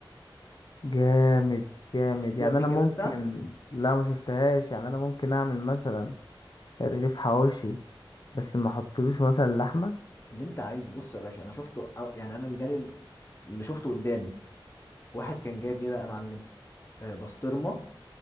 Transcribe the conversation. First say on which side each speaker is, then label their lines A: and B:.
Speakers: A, on the left; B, on the left.
A: جامد جامد
B: شفت دي
A: يعني
B: قبل
A: انا
B: كده
A: ممكن
B: أنت
A: لا ما شفتهاش يعني انا ممكن اعمل مثلا رغيف حواوشي بس ما احطلوش مثلا لحمة
B: اللي أنت عايزه بص يا باشا أنا شفته أو- يعني أنا اللي جالي اللي شفته قدامي واحد كان جايب إيه بقى يا معلم آه، بسطرمه